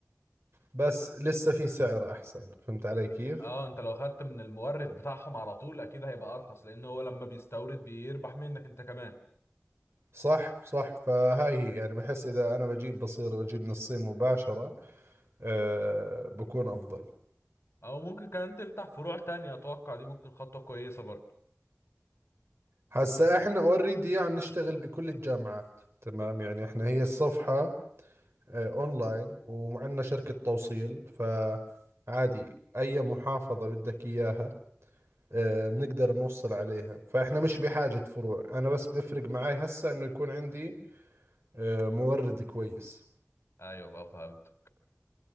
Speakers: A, on the right; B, on the left.
A: بس لسه في سعر أحسن فهمت علي كيف؟
B: اه انت لو خدت من المورد بتاعهم على طول اكيد هيبقى ارخص لان هو لما بيستورد بيربح منك انت كمان
A: صح صح فهاي هي يعني بحس إذا أنا بجيب بصير أجيب من الصين مباشرة أه بكون أفضل
B: او ممكن كمان تفتح فروع تانية اتوقع دي ممكن خطوة كويسة برضه
A: هسا إحنا اوريدي عم نشتغل بكل الجامعات تمام يعني إحنا هي الصفحة أه أونلاين ومعنا شركة توصيل فعادي أي محافظة بدك إياها آه، بنقدر نوصل عليها فإحنا مش بحاجة فروع أنا بس بفرق معي هسا إنه يكون عندي آه، مورد كويس
B: ايوه بقى فهمت